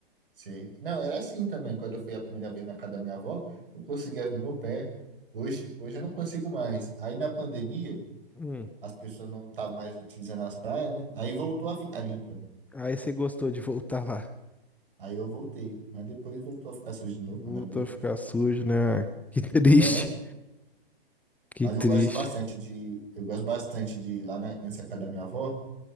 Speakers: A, on the right; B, in the centre.
A: sei. Não, era assim também. Quando eu fui a primeira vez na casa da minha avó, eu conseguia ver meu pé. Hoje, hoje eu não consigo mais. Aí na pandemia,
B: Hum,
A: as pessoas não estavam mais utilizando as praias, né? Aí voltou a ficar limpa.
B: Aí você gostou de voltar lá.
A: Aí eu voltei, mas depois voltou a ficar sujo de novo
B: Voltou
A: quando abriu.
B: a ficar sujo, né? <laughs> Que triste,
A: É,
B: que
A: mas
B: triste.
A: eu gosto bastante de, eu gosto bastante de ir lá na- nessa casa da minha avó,